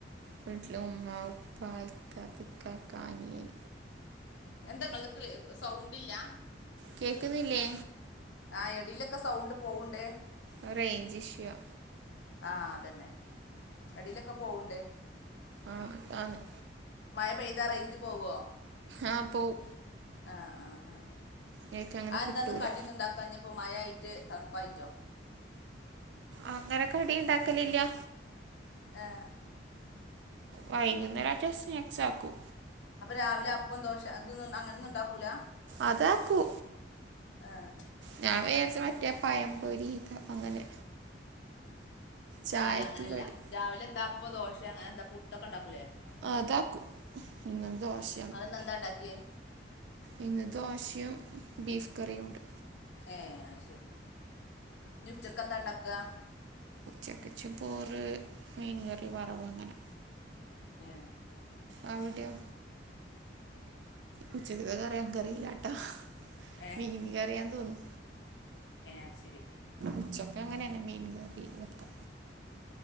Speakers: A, on the right; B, on the left.
A: വീട്ടില് ഉമ്മ ഉപ്പാ <unintelligible> ഇക്കാക്ക അനിയൻ
B: എന്താ ഇങ്ങളത് ക്ലി സൗണ്ട്ല്ലാ
A: കേക്ക്ന്നില്ലേ
B: ആഹ് എടിലൊക്കെ സൗണ്ട് പോവണ്ട്
A: അ റേഞ്ച് ഇഷ്യൂയാ
B: ആഹ് അതന്നെ എടിലൊക്കെ പോവ്ണ്ട്
A: ആഹ് <unintelligible>
B: മഴ പെയ്താ റേഞ്ച് പോവോ
A: ആഹ് പോവും
B: ആഹ് ആഹ് ആഹ്
A: എനിക്ക് അങ്ങനെ
B: ആന്താന്ന്
A: കിട്ടൂല
B: കടിയൊന്നുണ്ടാക്കാഞ്ഞപ്പോ മഴ ആയിറ്റ് തണുപ്പായിറ്റോ?
A: അങ്ങനെ കടിണ്ടാക്കലില്ലാ
B: ഏഹ്
A: വൈകുന്നേരാച്ച സ്നാക്സ് ആക്കൂ
B: അപ്പൊ രാവിലെ അപ്പം ദോശ അതൊന്നും അങ്ങനൊന്ന്ണ്ടാക്കൂല
A: അതാക്കൂ
B: ആഹ്
A: ഞാൻവിചാരിച് മറ്റേ പയംപൊരി താ അങ്ങനെ ചായക്ക്
B: അല്ല അങ്ങനെയല്ല
A: കടി
B: രാവിലെ എന്താ അപ്പ ദോശയ അങ്ങനെ എന്താ പുട്ടൊക്കെണ്ടാക്കൂലേ
A: ആ അതാക്കു ഇന്നെന്ത ദോശ
B: അത് ന്നന്താണ്ടാക്കിയേ
A: ഇന്ന് ദോശയും ബീഫ് കറിയുമുണ്ട്
B: ഏ അത് ശരി ഇനിഉച്ചക്ക്‌ എന്താ ഉണ്ടാക്കാ
A: ച്ചക്ക്ചി പോറ് മീൻകറി വറവ് അങ്ങനെ
B: ഏ
A: ആവിടെയോ ഉച്ചകത്തെ കറി എനിക്കറീല ട്ട
B: ഏഹ്
A: മീന് കറിയാന്ന് തോന്നുന്നു
B: അയ് ശരി
A: ഉച്ചക്ക്‌ അങ്ങനെന്നെ മീൻ കറി വെക്കാ